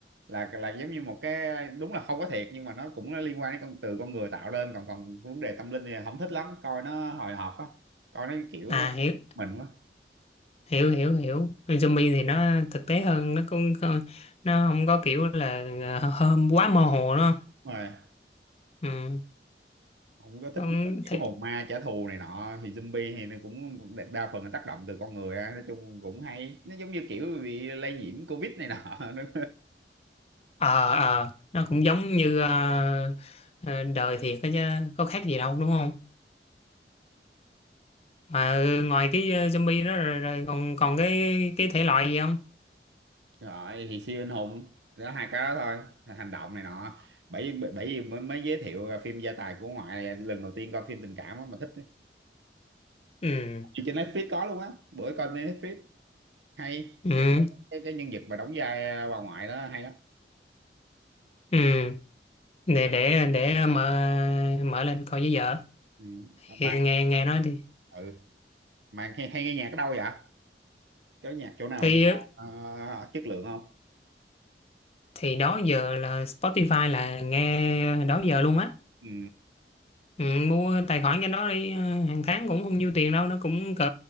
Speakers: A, on the right; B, on the left.
A: là là giống như một cái đúng là không có thiệt nhưng mà nó cũng nó liên quan đến con từ con người tạo lên còn còn vấn đề tâm linh thì không thích lắm coi nó hồi hộp á coi nó kiểu
B: à hiểu
A: mình quá
B: hiểu hiểu hiểu Phim zombie thì nó thực tế hơn nó cũng không- nó không có kiểu là ờ, hôm quá mơ hồ đó
A: Đúng rồi
B: ừ
A: không có thích
B: cũng
A: kiểu
B: thì
A: hồn ma trả thù này nọ thì zombie thì nó cũng đa phần là tác động từ con người á nói chung cũng hay nó giống như kiểu bị lây nhiễm covid này nọ <laughs> nữa
B: ờ ờ nó cũng giống như ờ, ờ, đời thiệt đó chứ có khác gì đâu đúng không mà ngoài cái ờ, zombie đó rồi, rồi còn còn cái cái thể loại gì không
A: rồi thì siêu anh hùng đó hai cái đó thôi hành động này nọ bởi bởi bởi vì mới, mới giới thiệu phim gia tài của ngoại là lần đầu tiên coi phim tình cảm á mà thích ấy.
B: ừ
A: Thì trên Netflix có luôn á bữa coi trên Netflix hay
B: ừ
A: cái, cái nhân vật mà đóng vai à, bà ngoại đó hay lắm
B: ừ để để để mở mở lên coi với vợ
A: ừ.
B: thì
A: mà
B: nghe nghe nói đi
A: ừ. mà hay, hay nghe nhạc ở đâu vậy có nhạc chỗ nào
B: thì
A: nghe ờ, chất lượng không
B: thì đó giờ là Spotify là nghe đó giờ luôn á
A: ừ
B: ừ, mua tài khoản cho nó đi ờ, hàng tháng cũng không nhiêu tiền đâu nó cũng cỡ